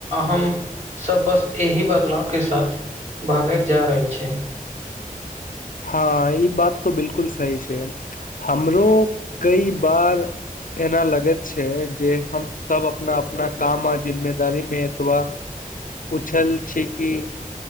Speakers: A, on the right; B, on the left.
A: हम सभ बस एहि बदलाव के साथ भागैत जा रहल छै।
B: हँ ई बात तऽ बिल्कूल सही छै हमरो कई बार एना लगे छै जे हम सभ अपना अपना काम आ जिम्मेदारी मे दुआ उलझल छै कि